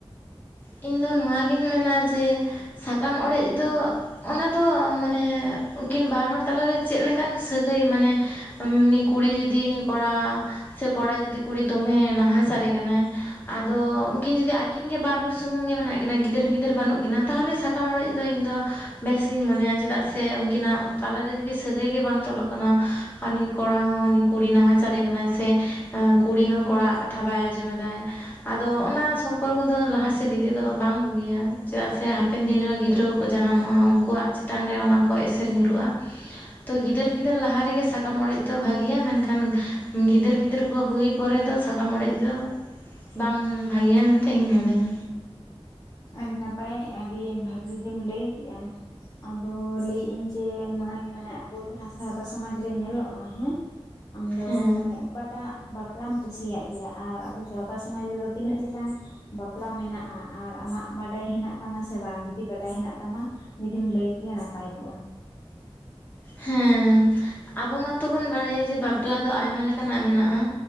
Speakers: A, on the left; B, on the left.
A: ᱤᱧ ᱫᱚ ᱱᱚᱣᱟ ᱜᱤᱧ ᱢᱮᱱᱟ ᱡᱮ ᱥᱟᱠᱟᱢ ᱚᱲᱮᱡ ᱫᱚ ᱚᱱᱟ ᱫᱚ ᱢᱟᱱᱮ ᱩᱱᱠᱤᱱ ᱵᱟᱨ ᱦᱚᱲ ᱛᱟᱞᱟ ᱨᱮ ᱪᱮᱫ ᱞᱮᱠᱟᱱ ᱥᱟᱹᱜᱟᱹᱭ ᱢᱟᱱᱮ ᱩᱱᱤ ᱠᱩᱲᱤ ᱡᱩᱫᱤ ᱩᱱᱤ ᱠᱚᱲᱟ ᱥᱮ ᱠᱚᱲᱟ ᱡᱩᱫᱤ ᱠᱩᱲᱤ ᱫᱚᱢᱮ ᱱᱟᱦᱟᱪᱟᱨᱮ ᱠᱟᱱᱟᱭ, ᱟᱫᱚ ᱩᱱᱠᱤᱱ ᱡᱩᱫᱤ ᱟᱹᱠᱤᱱ ᱜᱮ ᱵᱟᱨ ᱦᱚᱲ ᱥᱩᱢᱩᱝ ᱜᱮ ᱢᱮᱱᱟᱜ ᱠᱤᱱᱟ ᱜᱤᱫᱟᱹᱨ ᱯᱤᱫᱟᱹᱨ ᱵᱟᱹᱱᱩᱜ ᱠᱤᱱᱟ ᱛᱟᱦᱚᱞᱮ ᱥᱟᱠᱟᱢ ᱚᱲᱮᱡ ᱫᱚ ᱤᱧ ᱫᱚ ᱵᱮᱥ ᱜᱤᱧ ᱢᱚᱱᱮᱭᱟ ᱪᱮᱫᱟᱜ ᱥᱮ ᱩᱱᱠᱤᱱᱟᱜ ᱛᱟᱞᱟ ᱨᱮ ᱡᱩᱫᱤ ᱥᱟᱹᱜᱟᱹᱭ ᱜᱮ ᱵᱟᱝ ᱛᱚᱞᱚᱜ ᱠᱟᱱᱟ᱾ ᱩᱱᱤ ᱠᱚᱲᱟ ᱦᱚᱸ ᱩᱱᱤ ᱠᱩᱲᱤ ᱱᱟᱦᱟᱪᱟᱨᱮ ᱠᱟᱱᱟᱭ ᱥᱮ ᱠᱩᱲᱤ ᱦᱚᱸ ᱠᱚᱲᱟᱣᱟᱜ ᱠᱟᱛᱷᱟ ᱵᱟᱭ ᱟᱸᱡᱚᱢᱮᱫᱟᱭ᱾ ᱟᱫᱚ ᱚᱱᱟ ᱥᱚᱢᱯᱚᱨᱠᱚ ᱫᱚ ᱞᱟᱦᱟ ᱥᱮᱫ ᱥᱮ ᱫᱤᱫᱤ ᱫᱚ ᱵᱟᱝ ᱵᱩᱜᱤᱭᱟ ᱪᱮᱫᱟᱜ ᱥᱮ ᱦᱟᱯᱮᱱ ᱫᱤᱱ ᱨᱮᱦᱚᱸ ᱜᱤᱫᱽᱨᱟᱹ ᱠᱚᱠᱚ ᱡᱟᱱᱟᱢᱚᱜᱼᱟ ᱩᱱᱠᱩᱣᱟᱜ ᱪᱮᱛᱟᱱ ᱨᱮ ᱚᱱᱟ ᱠᱚ ᱮᱥᱮᱨ ᱧᱩᱨᱩᱜᱼᱟ᱾ ᱛᱚ ᱜᱤᱫᱟᱹᱨ ᱯᱤᱫᱟᱹᱨ ᱞᱟᱦᱟ ᱨᱮᱜᱮ ᱥᱟᱠᱟᱢ ᱚᱲᱮᱡ ᱫᱚ ᱵᱷᱟᱜᱤᱭᱟ ᱢᱮᱱᱠᱷᱟᱱ ᱜᱤᱫᱟᱹᱨ ᱯᱤᱫᱟᱹᱨ ᱠᱚ ᱦᱩᱭ ᱯᱚᱨᱮ ᱫᱚ ᱥᱟᱠᱟᱢ ᱚᱲᱮᱡ ᱫᱚ ᱵᱟᱝ ᱵᱷᱟᱜᱤᱭᱟ ᱢᱮᱱᱛᱮ ᱤᱧ ᱢᱚᱱᱮᱭᱟ
B: ᱟᱹᱰᱤ ᱱᱟᱯᱟᱭ ᱟᱹᱰᱤ ᱵᱷᱟᱹᱜᱤ ᱜᱮᱢ ᱞᱟᱹᱭ ᱠᱮᱜᱼᱟ ᱟᱫᱚ ᱞᱟᱹᱭᱮᱫ ᱟᱹᱧ ᱡᱮ ᱢᱟᱹᱭ ᱢᱟᱱᱮ ᱟᱵᱚ ᱡᱟᱦᱟᱸ ᱥᱟᱶᱛᱟ ᱥᱚᱢᱟᱡᱽ ᱨᱮ ᱧᱮᱞᱚᱜᱼᱟ ᱦᱮᱸ ᱟᱢᱫᱚ
A: ᱦᱮᱸ
B: ᱢᱟᱱᱮ ᱚᱠᱟᱴᱟᱜ ᱵᱟᱯᱞᱟᱢ ᱠᱩᱥᱤᱭᱟᱜ ᱜᱮᱭᱟ ᱟᱨ ᱟᱵᱚ ᱥᱟᱶᱛᱟ ᱥᱚᱢᱟᱡᱽ ᱨᱮᱫᱚ ᱛᱤᱱᱟᱹᱜ ᱞᱮᱠᱟᱱ ᱵᱟᱯᱞᱟ ᱢᱮᱱᱟᱜᱼᱟ ᱟᱨ ᱟᱢᱟᱜ ᱵᱟᱰᱟᱭ ᱦᱮᱱᱟᱜ ᱛᱟᱢᱟ ᱥᱮ ᱵᱟᱝ ᱡᱩᱫᱤ ᱵᱟᱰᱟᱭ ᱦᱮᱱᱟᱜ ᱛᱟᱢᱟ ᱡᱩᱫᱤᱢ ᱞᱟᱹᱭ ᱠᱮᱭᱟ ᱱᱟᱯᱟᱭ ᱠᱚᱜᱼᱟ
A: ᱦᱮᱸ ᱟᱵᱚ ᱢᱟᱛᱚᱵᱚᱱ ᱵᱟᱲᱟᱭᱟ ᱡᱮ ᱵᱟᱯᱞᱟ ᱫᱚ ᱟᱭᱢᱟ ᱞᱮᱠᱟᱱᱟᱜ ᱢᱮᱱᱟᱜᱼᱟ